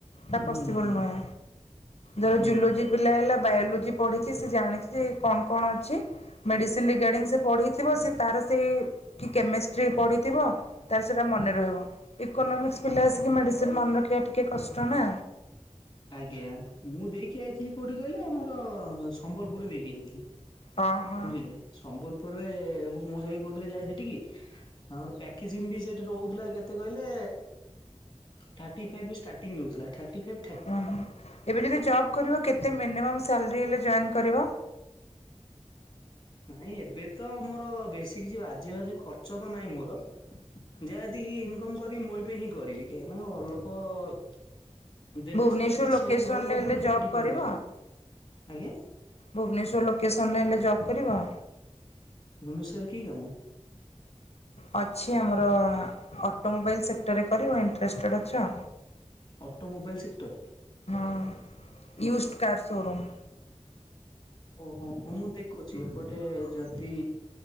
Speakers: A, on the left; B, on the left.
A: ତା
B: ହୁଁ
A: ପସିବୁଲ୍
B: ହୁଁ
A: ନୁହଁ ଯା
B: ହୁଁ।
A: ଜୁଲୋଜି ପିଲା ହେଲା ବାୟୋଲୋଜି ପଢ଼ିଛି ସେ ଜାଣିଛି ଯେ କଣ କଣ ଅଛି? ମେଡିସିନ ରିଗାର୍ଡିଙ୍ଗ ସେ ପଢ଼ିଥିବ ସେ ତାର ସେଇ କି କେମିଷ୍ଟ୍ରି ପଢି ଥିବ ତାଲେ ସେଟା ମନେ ରହିବ ଇକୋନୋମିକ୍ସ ପିଲା ଆସିକି ମେଡ଼ିସିନ ମନେ ରଖିବା ଟିକେ କଷ୍ଟ ନା।
B: ଆଜ୍ଞା ମୁଁ ଦେଇକି ଆଇଥିଲି କୋଉଠି କହିଲେ ମୋର ସମ୍ବଲପୁର ଦେଇକି <inaudible>
A: ହଁ ହଁ
B: ବୁଝିଲେ ସମ୍ବଲପୁରରେ ମୁଁ ମୋଉସା କହୁଥିଲି ଯାଏ ହେଠିକି। ଆମର ପ୍ୟାକେଜିଂ ବି ସେଠି ରହୁଥିଲା କେତେ କହିଲେ ଥାଟି ଫାଇପ୍ ଷ୍ଟାର୍ଟିଙ୍ଗ୍ ରହୁଥିଲା ଥାଟି ଫାଇପ୍
A: ଓହୋ ଏବେ ଯଦି ଜବ୍ କରିବ କେତେ ମିନିମମ୍ ସାଲରୀ ହେଲେ ଜଏନ୍ କରିବ?
B: ନାଇଁ ଏବେ ତ ମୋର ବେଶୀ କିଛି ବାଜେ ବାଜେ ଖର୍ଚ୍ଚ ତ ନାହିଁ ମୋର ଯାହା ଯେତିକି ଇନକମ୍ କରିବି ମୋରି ପାଇଁ ହିଁ କରିବି କାହିଁକିନା ଅ- ଲୋକ ଦେବେ
A: ଭୁବନେଶ୍ୱର
B: ସେଥିରେ କିଛି
A: ଲୋକେସନରେ
B: ନାହିଁ ଘରଲୋକଙ୍କ
A: ହେଲେ
B: ଉପରୁ କେତେ
A: ଜବ୍
B: ଡିପେଣ୍ଡ
A: କରିବ?
B: ରହିବି-ଆଜ୍ଞା।
A: ଭୁବନେଶ୍ୱର୍ ଲୋକେସନ୍ ହେଲେ ଜବ୍ କରିବ?
B: ଭୁବନେଶ୍ଵର ରେ କି କାମ?
A: ଅଛି ଆମର ଅଟୋମୋବାଇଲ୍ ସେକ୍ଟର୍ ରେ କରିବ ଇଣ୍ଟେର୍ଷ୍ଟେଡ୍ ଅଛ?
B: Automobile sector.
A: ହଁ ୟୁଷ୍ଟ କାର୍ ଶୋରୁମ୍।
B: ଓହୋ ମୁଁ ଦେଖୁଚି ଏପଟେ ଯଦି